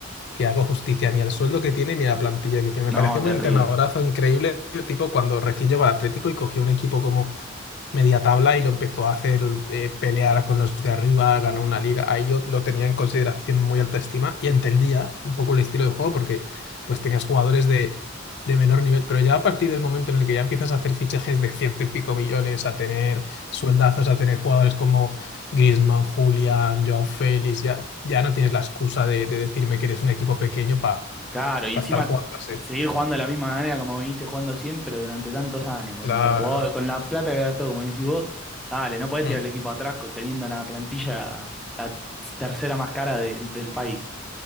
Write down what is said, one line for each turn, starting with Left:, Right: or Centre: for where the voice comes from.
Left: que hago justicia ni al sueldo que tiene ni a la plantilla que tiene. Me pareció
Centre: No,
Left: un
Centre: terrible.
Left: entrenadorazo increíble, tipo cuando recién llegó al Atlético y cogió un equipo como media tabla y lo empezó a hacer eh, pelear con los de arriba, ganó una liga. Ahí yo lo tenía en consideración muy alta estima y entendía un poco el estilo de juego porque pues tenías jugadores de, de menor nivel, pero ya a partir del momento en el que ya empiezas a hacer fichajes de ciento y pico millones, a tener sueldazos, a tener jugadores como Griezmann, Julián, Joao Félix, ya, ya no tienes la excusa de, de decirme que eres un equipo pequeño para
Centre: Claro, y encima
Left: estar jugando así.
Centre: seguir jugando de la misma manera como viniste jugando siempre durante tantos años, con
Left: Claro.
Centre: los jugadores, con la plata que gastó, como decís vos, dale, no podés
Left: Mm.
Centre: tirar el equipo atrás co- teniendo la plantilla la tercera más cara del del país.